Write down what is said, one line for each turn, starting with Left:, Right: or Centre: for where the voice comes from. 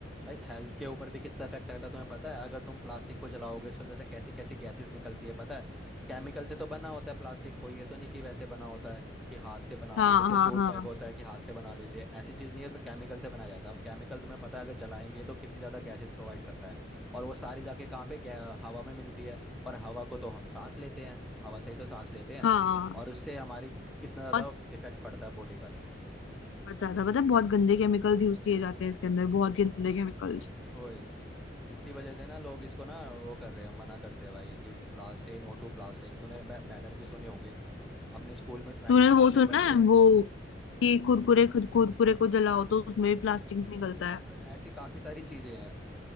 Centre: भाई हेल्थ के ऊपर भी कितना इफेक्ट आता है तुम्हें पता है अगर तुम प्लास्टिक को जलाओगे उसके अंदर से कैसी कैसी गैसेस निकलती है पता है केमिकल से तो बना होता है प्लास्टिक कोई ये तो नहीं कि वैसे बना होता है कि हाथ से बना
Left: हाँ
Centre: दिया जैसे
Left: हाँ
Centre: जूट
Left: हाँ
Centre: बैग होता है कि हाथ से बना देते हैं ऐसी चीज़ नहीं है उसमें केमिकल से बनाया जाता है अब केमिकल तुम्हें पता है अगर जलाएंगे तो कितनी ज़्यादा गैसेस प्रोवाइड करता है और वो सारी जाके कहाँ पे गै- हवा में मिलती है और हवा को तो हम सांस लेते हैं हवा से ही तो सांस लेते हैं
Left: हाँ हाँ।
Centre: और उससे हमारी कितना ज़्यादा
Left: बहुत
Centre: इफेक्ट पड़ता है बॉडी पर
Left: बहुत ज्यादा पता है बहुत गंदे केमिकल्स यूज किए जाते हैं इसके अंदर बहुत गंदे केमिकल्स
Centre: वही इसी वजह से ना लोग इसको ना वो कर रहे हैं मना करते हैं भाई कि प्लास से नो टू प्लास्टिक तूने बै, बैनर भी सुने होंगे अपने स्कूल में ड्राइंग्स
Left: तूने
Centre: बनाते
Left: वो सुना
Centre: हैं बच्चे
Left: है वो कि कुरकुरे कुरकुरे को जलाओ तो उसमें भी प्लास्टिक निकलता है
Centre: और ऐसी काफ़ी सारी चीज़ें हैं